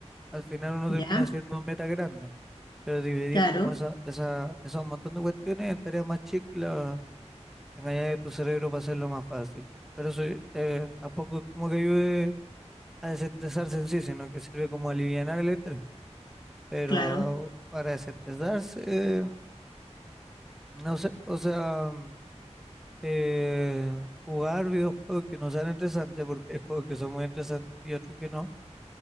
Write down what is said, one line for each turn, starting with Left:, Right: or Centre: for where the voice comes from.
Centre: al final uno
Left: ya,
Centre: termina haciendo metas grandes, pero dividir
Left: claro,
Centre: como esa, esa, esos montón de cuestiones en tareas más chicas Engañar a tu cerebro para hacerlo más fácil. Pero eso eh, tampoco es como que ayude a desestresarse en sí, sino que sirve como alivianar el estrés. Pero
Left: claro,
Centre: para desestresarse, eh, no sé, o sea, mm, eh, jugar videojuegos que no sean interesantes porque hay juegos que son muy interesantes y otros que no.